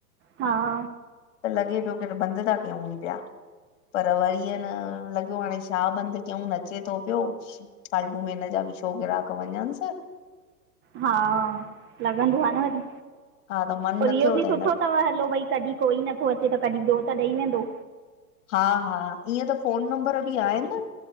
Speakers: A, on the right; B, on the left.
A: हा
B: त लॻे पियो फिर बंदि ता कयूं पिया। पर वरी हन लॻो हाणे छा बंदि कयूं अचे तो पियो। फाल्टू में हिनजा बि छो ग्राहक वञन स।
A: हा लॻंदो आ न वरी
B: हा त मन
A: पर
B: न
A: इहो
B: थियो
A: बि
B: त
A: सुठो
B: हिन
A: तव हलो भई कॾहिं कोई नथो अचे त कॾहिं ॿियो त ॾई वेंदो।
B: हा, हा ईअं त फ़ोन नंबर बि आहिन न,